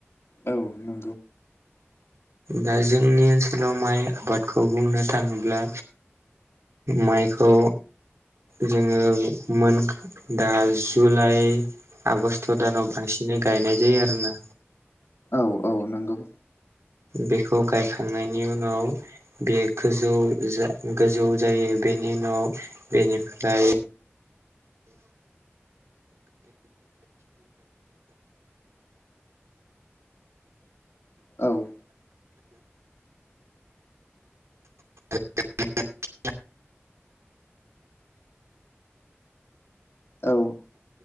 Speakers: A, on the left; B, on the right.
A: औ नों
B: दा जोंनि ओनसोलाव माइ आबादखौ बुंनो थाङोब्ला माइखौ जोङो मोन दा जुलाइ आगस्ट दानाव बांसिनै गायनाय जायो आरो ना
A: औ औ नंगौ
B: बेखौ गायखांनायनि उनाव बे गोजौ जा गोजौ जायो बेनि उनाव बेनिफ्राय
A: औ
B: <unintelligible>
A: औ